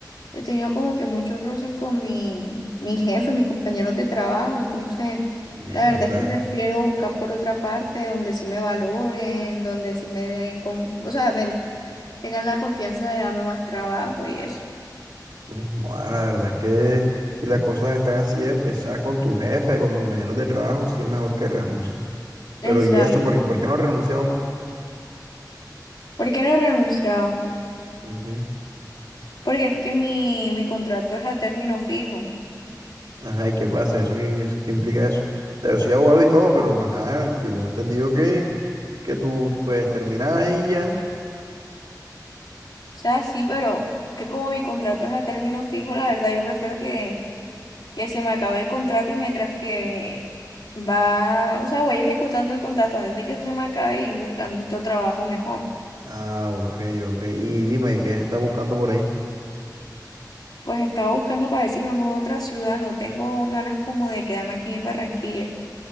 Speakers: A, on the left (about 75°); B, on the right (about 85°).
A: he tenido como que muchos roces con mi, mi jefe, mis compañeros de trabajo, entonces
B: Mierda.
A: la verdad es que prefiero buscar por otra parte donde sí me valoren, donde sí me den, con- o sea, me tengan la confianza de darme más trabajo y eso.
B: Mm, ah, la verdad es que si las cosas están así, de pesar con tu jefe, con tus compañeros de trabajo, sí es mejor que renuncies
A: Exacto.
B: Pero ¿y eso? ¿Por, qué por qué no renuncia aún?
A: ¿Por qué no he renunciado?
B: Ujú.
A: Porque es que mi, mi contrato es a término fijo. O
B: Ajá, ¿y qué pasa? ¿Eso qué, eso qué implica eso? O sea, yo soy abogado y todo, pero ajá, yo tengo entendido que, que tú puedes terminar ahí ya.
A: sea, sí, pero que como mi contrato es a término fijo, la verdad yo prefiero que que se me acabe el contrato y mientras que va, o sea, voy ejecutando el contrato antes de que se me acabe y buscando otro trabajo mejor.
B: Ah, ok, ok. Y dime, ¿qué se está buscando por ahí?
A: Pues estaba buscando para ver si me mudo a otra ciudad, no tengo ganas como de quedarme aquí en Barranquilla.